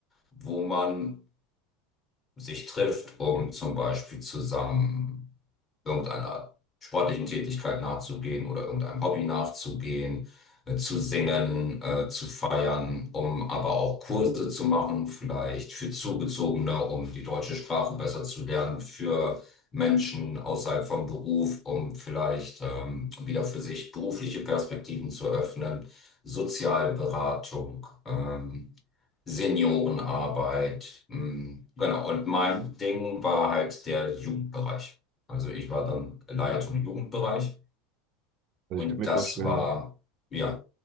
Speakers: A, on the left; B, on the right.
A: wo man sich trifft, um zum Beispiel zusammen irgendeiner sportlichen Tätigkeit nachzugehen oder irgendeinem Hobby nachzugehen, äh, zu singen, äh, zu feiern, um aber auch Kurse zu machen, vielleicht für Zugezogene, um die deutsche Sprache besser zu lernen, für Menschen außerhalb vom Beruf, um vielleicht ähm, wieder für sich berufliche Perspektiven zu öffnen, Sozialberatung. Ähm, Seniorenarbeit. mm, Genau. Und mein Ding war halt der Jugendbereich. Also ich war dann Leitung im Jugendbereich
B: Also
A: und
B: ich kann mir
A: das
B: vorstellen,
A: war, ja,